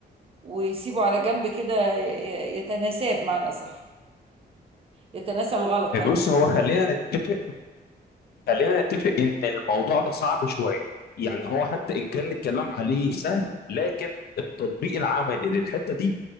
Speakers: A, on the right; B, on the left.
A: ويسيبه على جنب كده ي- ي- يتناساب معنى صح يتناسى الغلط
B: آه،
A: طيب
B: بص هو خلينا نتفق خلينا نتفق ان الموضوع ده صعب شويه يعني هو حتى ان كان الكلام عليه سهل لكن التطبيق العملي للحته دي